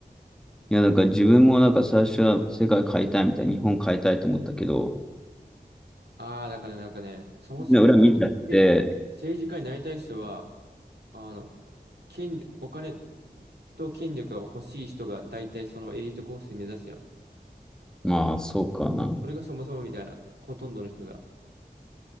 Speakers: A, in the centre; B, on the right.
A: いや、だから自分もなんか最初は世界変えたいみたいな、日本変えたいと思ったけど、
B: ああー、だからねなんかね、そもそも、
A: みんな裏見ちゃって、
B: え、政治家になりたい人は、あの、権、お金と権力が欲しい人が大体そのエリートコースで目指すやん。
A: まあそうかな。う
B: それがそもそもみたいな、ほとんどの人が